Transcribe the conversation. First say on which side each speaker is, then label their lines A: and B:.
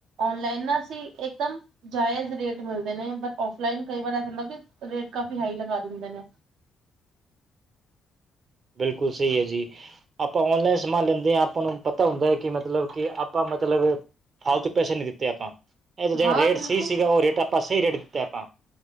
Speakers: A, on the right; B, on the right.
A: ਆਨਲਾਈਨ ਨਾ ਅਸੀ, ਇਕਦਮ ਜਾਇਜ਼ ਰੇਟ ਮਿਲਦੇ ਨੇ, ਬਟ ਔਫਲਾਈਨ ਕਈ ਵਾਰਾਂ ਮਤਲਬ ਕੇ ਰੇਟ ਹਾਈ ਲਗਾ ਦਿੰਦੇ ਨੇ।
B: ਬਿਲਕੁਲ ਸਹੀ ਐ ਜੀ। ਆਪਾਂ ਔਨਲਾਈਨ ਸਮਾਨ ਲੈਂਦੇ ਹਾਂ, ਆਪਾਂ ਨੂੰ ਪਤਾ ਹੁੰਦਾ ਹੈ। ਕਿ ਮਤਲਬ ਕਿ ਆਪਾਂ ਮਤਲਬ ਫਾਲਤੂ ਤੋਂ ਪੈਸੇ ਨਹੀਂ ਦਿੱਤੇ ਆਪਾਂ।
A: ਹਾਂ
B: ਰੇਟ
A: ਬਿਲਕੁਲ
B: ਸਹੀ ਸੀਗਾ ਉਹ ਰੇਟ ਆਪਾਂ ਸਹੀ ਰੇਟ ਦਿੱਤਾ ਆਪਾਂ।